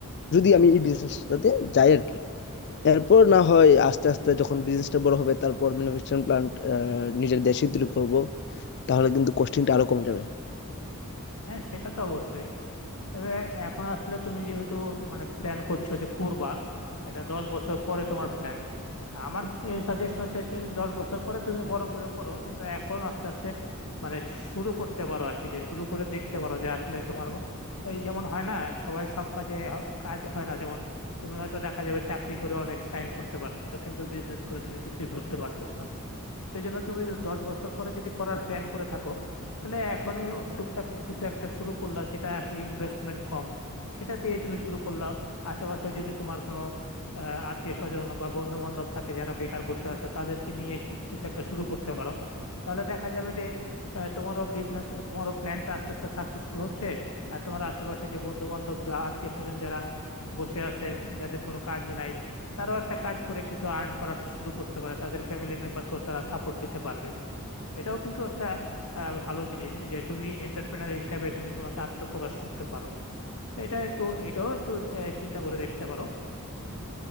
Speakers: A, on the left (about 50°); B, on the left (about 80°).
A: যদি আমি এই বিজনেসটাতে যাই আর কি এরপর না হয় আস্তে আস্তে যখন বিজনেসটা বড় হবে তারপর ম্যানুফ্যাকচারিং প্ল্যান্ট নিজের দেশে তৈরি করব তাহলে কিন্তু কস্টিংটা আরো কমে যাবে
B: হ্যাঁ সেটা তো অবশ্যই তবে এখন আসলে তুমি যেহেতু মানে প্ল্যান করছো যে করবা এটা দশ বছর পরে তোমার প্ল্যান আমার এই সাজেশন হচ্ছে যে দশ বছর পরে তুমি বড় করে করো কিন্তু এখন আস্তে আস্তে মানে শুরু করতে পারো আর কি যে শুরু করে দেখতে পারো যে আসলে তোমার এই যেমন হয় না সবাই সব কাজে হ- কাজ হয় না যেমন তুমি হয়তো দেখা যাবে চাকরি করে অনেক সাইন করতে পারতেছো কিন্তু বিজনেস করে তুমি কিছুই করতে পারতেছো না সেই জন্য তুমি দশ বছর পরে যদি করার প্ল্যান করে থাকো তাহলে এখনই ও টুকটাক কিছু একটা শুরু করলা যেটা আসলে ইনভেস্টমেন্ট কম সেটা দিয়ে তুমি শুরু করলা আশেপাশে যদি তোমার কোনো আত্মীয় স্বজন বা বন্ধু বান্ধব থাকে যারা বেকার বসে আছে তাদেরকে নিয়ে কি- কিছু একটা শুরু করতে পারো তাহলে দেখা যাবে যে আহ, তোমারও বিজনেস তোমারও প্ল্যানটা আস্তে আস্তে সাকসেসফুল হচ্ছে আর তোমার আশেপাশে যে বন্ধু বান্ধব বা আত্মীয় স্বজন যারা বসে আছে যাদের কোনো কাজ নাই তারাও একটা কাজ করে কিছু আর্ন করা শুরু করতে পারে তাদের ফ্যামিলি মেম্বারকেও তারা সাপোর্ট দিতে পারবে এটাও কিন্তু একটা আহ, ভালো জিনিস যে তুমি এন্টারপ্রেনার হিসাবে তুমি তোমাকে আত্মপ্রকাশ করতে পারো এটা একটু এটাও একটু আহ, চিন্তা করে দেখতে পারো